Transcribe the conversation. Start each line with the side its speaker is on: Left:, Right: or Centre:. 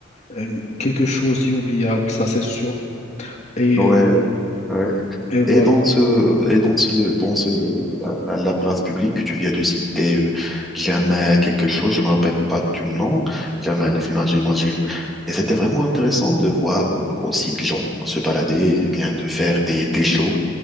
Left: un- quelque chose d'inoubliable, ça c'est sûr. Et,
Centre: Ouais,
Left: euh,
Centre: ouais.
Left: et voilà.
Centre: Et dans ce, et dans ce, dans ce, la, la, la place publique que tu viens de citer, euh, Jamal quelque chose, je me rappelle pas du nom, Jamal Fna, j'imagine. Et c'était vraiment intéressant de voir euh, aussi des gens se balader, et bien de faire des, des shows,